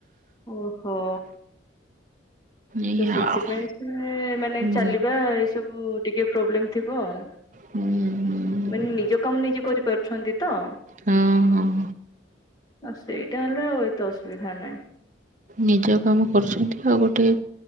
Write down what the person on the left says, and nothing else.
ଓହୋ।
ତ ସେଥିପାଇଁ
ସେ ମାନେ
ଚାଲିବା ଏଇ ସବୁ ଟିକେ ପ୍ରୋବ୍ଲେମ ଥିବ ମାନେ
ନିଜ କାମ ନିଜେ କରିପାରୁଛନ୍ତି ତ?
ଆଉ ସେଇଟା ହେଲେ ଆଉ ଏତେ ଅସୁବିଧା ନାହିଁ।